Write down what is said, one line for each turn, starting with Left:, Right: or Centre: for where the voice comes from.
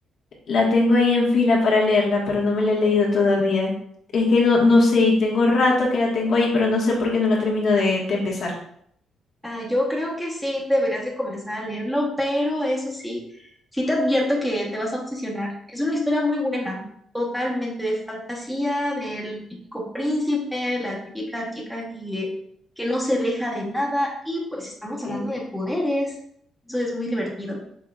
Left: la tengo ahí en fila para leerla, pero no me la he leído todavía. Es que no, no sé, y tengo rato que la tengo ahí, pero no sé por qué no la termino de, de empezar.
Centre: Ah, yo creo que sí, deberías de comenzar a leerlo, pero eso sí, sí te advierto que te vas a obsesionar. Es una historia muy buena, totalmente de fantasía, del típico príncipe, la típica chica que, que no se deja de nada y pues estamos
Left: Ok,
Centre: hablando de poderes. Eso es muy divertido.